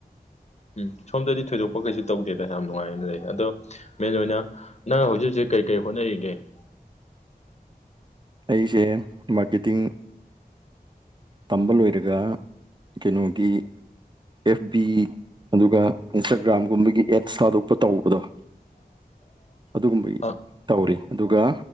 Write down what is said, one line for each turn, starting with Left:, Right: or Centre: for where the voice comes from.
Left: ꯎꯝ ꯁꯣꯝꯗꯗꯤ ꯊꯣꯏꯗꯣꯛꯄ ꯀꯩꯁꯨ ꯇꯧꯗꯦꯗ ꯌꯥꯝ ꯅꯨꯡꯉꯥꯏꯅ ꯂꯩ ꯑꯗꯣ ꯃꯦꯟ ꯑꯣꯏꯅ ꯅꯪ ꯍꯧꯖꯤꯛ ꯍꯧꯖꯤꯛ ꯀꯩ ꯀꯔꯤ ꯍꯣꯠꯅꯔꯤꯒꯦ <inaudible>
Right: ꯑꯩꯁꯦ ꯃꯥꯔꯀꯦꯇꯤꯡ ꯇꯝꯕ ꯂꯣꯏꯔꯒ ꯀꯩꯅꯣꯒꯤ ꯑꯦꯐ ꯕꯤ ꯑꯗꯨꯒ ꯏꯟꯁꯇꯥꯒ꯭ꯔꯥꯝꯒꯨꯝꯕꯒꯤ ꯑꯦꯠꯁ ꯊꯥꯗꯣꯛꯄ ꯇꯧꯕꯗꯣ
Left: <inaudible>
Right: ꯑꯗꯨꯒꯨꯝꯕꯒꯤ
Left: ꯑ
Right: ꯇꯧꯔꯤ ꯑꯗꯨꯒ